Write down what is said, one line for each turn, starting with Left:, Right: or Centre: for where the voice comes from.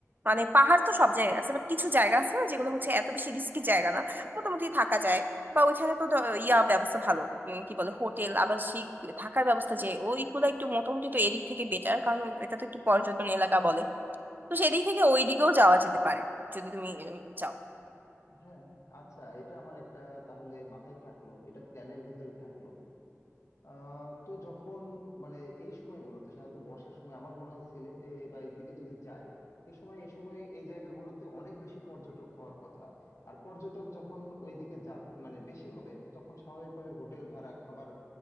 Right: মানে পাহাড় তো সব জায়গায় আছে বাট কিছু জায়গা আছে না যেগুলো হচ্ছে এত বেশি রিস্কি জায়গা না মোটামুটি থাকা যায় বা ওইখানে তো দ- ইয়া ব্যবস্থা ভালো উম, কি বলে হোটেল আবাসিক থাকার ব্যবস্থা যে ওইগুলো একটু মোটামুটি তো এদিক থেকে বেটার কারণ এটা তো একটু পর্যটন এলাকা বলে তো সেদিক থেকে ওই দিকেও যাওয়া যেতে পারে যদি তুমি উম, চাও
Left: হ্যাঁ আচ্ছা এটা আমার একটা তাহলে মাথায় থাকলো এটা প্ল্যানের ভিতরে থাকলো আহ তো যখন মানে এই সময়গুলোতে সাধারণত বর্ষার সময় আমার মনে হয় সিলেটে বা এইদিকে যদি যাই এই সময় এই সময় এই জায়গাগুলোতে অনেক বেশি পর্যটক হওয়ার কথা আর পর্যটক যখন ওইদিকে যা মানে বেশি হবে তখন স্বাভাবিকভাবে হোটেল ভাড়া খাবার